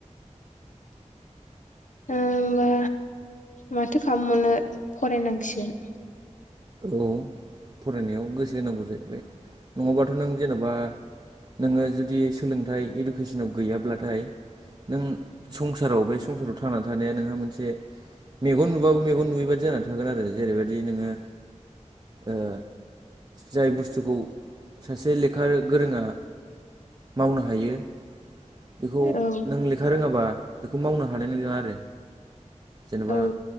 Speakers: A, on the left; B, on the right.
A: ओ होमबा माथो खालाम बावनो फरायनांसिगोन
B: औ फरायनायाव गोसो होनांगौ जाहैबाय नङाबाथ' नों जेन'बा नोङो जुदि सोलोंथाइ इडुकेसनाव गैयाब्लाथाय नों संसाराव बे संसाराव थांनानै थानाया नोंहा मोनसे मेगन नुबाबो मेगन नुयैबादि जानानै थागोन आरो जेरैबायदि नोङो ओ जाय बुस्थुखौ सासे लेखा गोरोङा मावनो हायो बेखौ
A: औ
B: नों लेखा रोङाबा बेखौ मावनो हानाय नङा आरो जेनेबा
A: औ